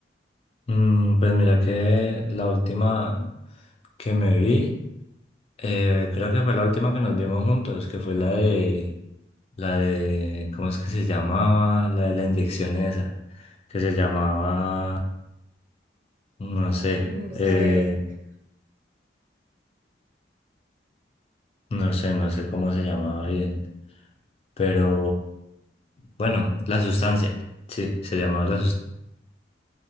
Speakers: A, on the left; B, on the right.
A: Mm, pues mira que la última que me vi, eh, creo que fue la última que nos vimos juntos, que fue la de, la de, ¿cómo es que se llamaba? La de la inyección esa, que se llamaba, no
B: No
A: sé,
B: sé.
A: No
B: No
A: sé.
B: eh,
A: eh,
B: sé.
A: no sé, no sé cómo se llamaba bien, pero bueno, la sustancia, sí, se llamaba la sustancia.